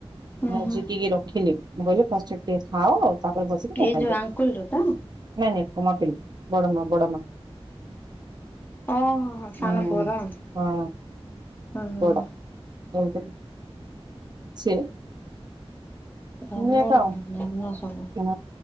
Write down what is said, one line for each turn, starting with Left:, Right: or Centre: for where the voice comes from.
Left: ହୁଁ
Right: ମୁଁ
Left: ହୁଁ।
Right: ଜିଡିକି ରଖିଲି ମୁ କିହିଲି ଫାଷ୍ଟେ ଟିକେ ଖାଅ। ତାପରେ ବସିକି ମୋବାଇଲ
Left: ଏଇ ଯୋଉ
Right: ଦେଖ
Left: ଆଙ୍କୁଲର ତ?
Right: ନାଇଁ ନାଇଁ କମାପିଲି ବଡ ମା ବଡ ମା।
Left: ଓହୋ ହଁ ସାନପୁଅର
Right: ହୁଁ
Left: ଉଁ
Right: ହଁ
Left: ହୁଁ
Right: ବଡ
Left: ହୁଁ।
Right: <unintelligible> ସେ।
Left: ଧନ୍ୟଲୋମା
Right: ଏଇଆତ ଆଉ।
Left: ଧନ୍ୟସବୁ
Right: ହଁ